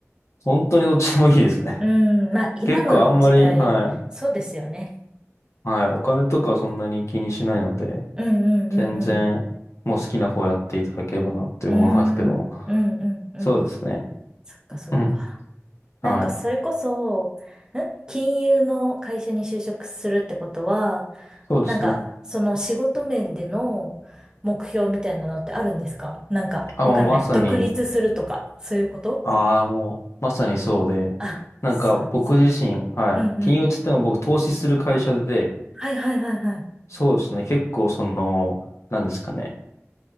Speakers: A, on the left; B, on the right.
A: 本当にどっちでもいいですね。
B: うん。
A: <laughs>
B: うん、まあ、今の時代、
A: 結構あんまり、はい、
B: そうですよね。
A: はい、お金とかはそんなに気にしないので、
B: うんうんうんう
A: 全然、もう好きな方やっていただければなって思いますけども。
B: ん。うーん、うんうんうん。
A: そうですね。
B: そっかそっか。
A: うん。
B: なんかそれこそ、
A: はい。
B: ん金融の会社に就職するってことは、
A: そうですね。
B: なんかその仕事面での目標みたいなのってあるんですかなんかわかんない。
A: あ、もうまさに、
B: 独立するとか、そういうこと
A: ああ、もう、まさにそうで、
B: あ、
A: なんか僕自身、
B: そ、そっかそっか。
A: はい。
B: うんうん。
A: 金融つっても僕投資する会社で、
B: はいはいはいはい。
A: そうですね。結構その、なんですかね。